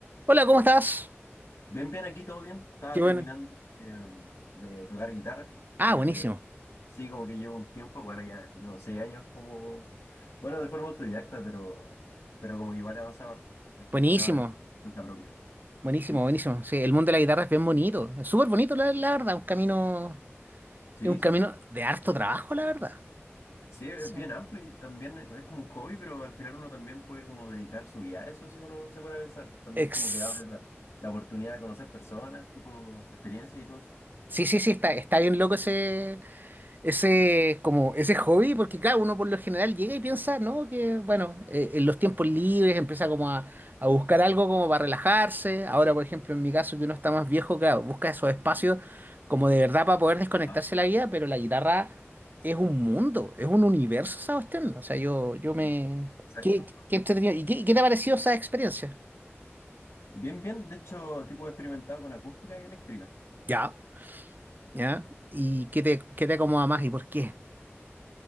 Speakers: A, on the right; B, on the left.
A: Hola, ¿cómo estás?
B: Bien, bien, aquí todo bien. Estaba
A: Qué
B: terminando
A: bueno.
B: eh, de tocar guitarra, porque
A: Ah, buenísimo.
B: sí, como que llevo un tiempo, bueno, ya llevo seis años como, bueno, de forma autodidacta, pero, pero como que igual he avanzado harto, es
A: Buenísimo.
B: más que nada cuenta propia.
A: Buenísimo,
B: Sí, sí,
A: buenísimo.
B: sí.
A: Sí, el mundo de la guitarra es bien bonito. Es súper bonito, la, la verdad. Un camino,
B: Sí,
A: es un camino
B: sí, sí.
A: de harto trabajo, la verdad.
B: Sí, es
A: Sí.
B: bien amplio y también es como un hobby, pero al final uno también puede como dedicar su vida a eso si uno se pone a pensar. También
A: Ex-
B: como que abre la, la oportunidad de conocer personas, tipo experiencias y todo eso.
A: Sí, sí, sí, está, está bien loco ese. ese como ese hobby, porque claro, uno por lo general llega y piensa, ¿no? Que bueno, eh, en los tiempos libres empieza como a, a buscar algo como para relajarse. Ahora, por ejemplo, en mi caso, que uno está más viejo, claro, busca esos espacios como de verdad para poder desconectarse
B: Ah,
A: de la vida, pero la guitarra es un mundo, es un universo esa cuestión. O sea, yo, yo me...
B: sí. Exacto.
A: ¿Qué, qué entretenido? ¿Y qué, qué te ha parecido esa experiencia?
B: Bien, bien, de hecho, tipo experimentado con acústica y eléctrica.
A: Ya, ¿Ya? ¿Y qué te, qué te acomoda más y por qué?